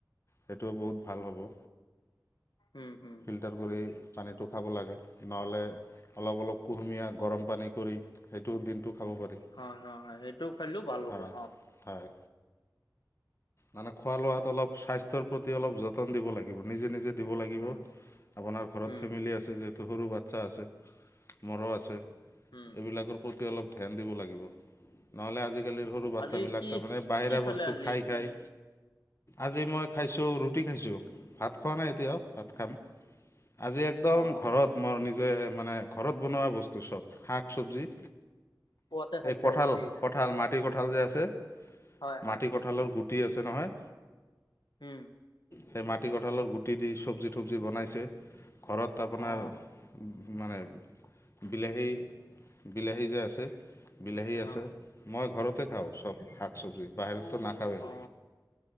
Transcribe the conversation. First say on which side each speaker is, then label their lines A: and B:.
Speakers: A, on the left; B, on the left.
A: সেইটো বহুত ভাল হ'ব।
B: উম হম।
A: ফিল্টাৰ কৰি পানীটো খাব লাগে নহ'লে অলপ অলপ কুহুমীয়া গৰম পানী কৰি সেইটো দিনটো খাব পাৰি
B: হয় হয় হয় সেইটো খেলিলেও ভাল হ'ব
A: হয়
B: অ
A: হয়। মানে খোৱা লোৱাত অলপ স্বাস্থ্যৰ প্ৰতি অলপ যত্ন দিব লাগিব নিজে নিজে দিব লাগিব
B: উম
A: আপোনাৰ ঘৰত
B: উম
A: ফেমিলি আছে যিহেতু সৰু বাচ্ছা আছে মোৰো আছে
B: উম
A: এইবিলাকৰ প্ৰতি অলপ ধ্যান দিব লাগিব নহ'লে আজি কালিৰ সৰু বাচ্ছাবিলাক
B: আজি কি
A: তাৰমানে বাহিৰা
B: কি খালে
A: বস্তু
B: আজি
A: খায় খায় আজি মই খাইছো ৰুটি খাইছো ভাত খোৱা নাই এতিয়াও ভাত খাম। আজি একদম
B: অ
A: ঘৰত মোৰ নিজে মানে ঘৰত বনোৱা বস্তু চব শাক চবজি।
B: পুৱাতে খাইছে
A: এই কঁঠাল
B: ৰুটি
A: কঁঠাল মাটিকঁঠাল যে আছে
B: হয় হয়
A: মাটি ক‍ঁ ঠালৰ গুটি আছে নহয়
B: হুম।
A: সেই মাটিকঁঠালৰ গুটি দি চব্জি তবজি বনাইছে ঘৰত আপোনাৰ
B: অ
A: মানে বিলাহী বিলাহী যে আছে বিলাহী
B: অ
A: আছে মই ঘৰতে খাও চব শাক চবজি। বাহিৰততো নাখাওঁৱেই
B: অ।